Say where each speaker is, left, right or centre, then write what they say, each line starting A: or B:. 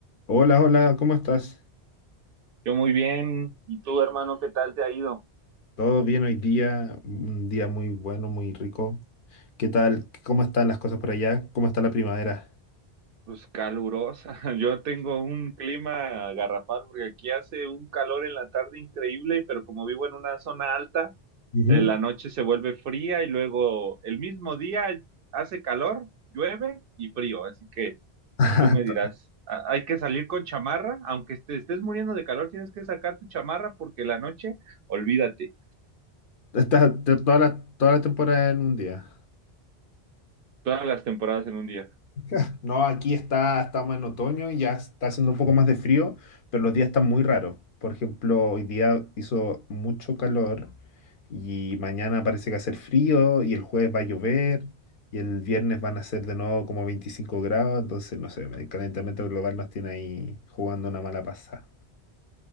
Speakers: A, on the left (about 60°); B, on the right (about 65°).
A: Hola, hola, ¿cómo estás?
B: Yo muy bien. ¿Y tú, hermano, qué tal te ha ido?
A: ¿Todo bien hoy día? Un día muy bueno, muy rico. ¿Qué tal? ¿Cómo están las cosas por allá? ¿Cómo está la primavera?
B: Pues calurosa. <laughs> Yo tengo un clima garrafal porque aquí hace un calor en la tarde increíble, pero como vivo en una zona alta,
A: Ujú.
B: eh, la noche se vuelve fría y luego el mismo día hace calor, llueve y frío. Así que
A: <laughs>
B: tú me dirás, a- hay que salir con chamarra, aunque te estés muriendo de calor, tienes que sacar tu chamarra porque la noche, olvídate,
A: Está está está toda la, toda la temporada en un día.
B: todas las temporadas en un día.
A: <laughs> No, aquí está, estamos en otoño, ya está haciendo un poco más de frío, pero los días están muy raros. Por ejemplo, hoy día hizo mucho calor y mañana parece que va a hacer frío y el jueves va a llover y el viernes van a ser de nuevo como 25 grados, entonces no sé, el calentamiento global nos tiene ahí jugando una mala pasada.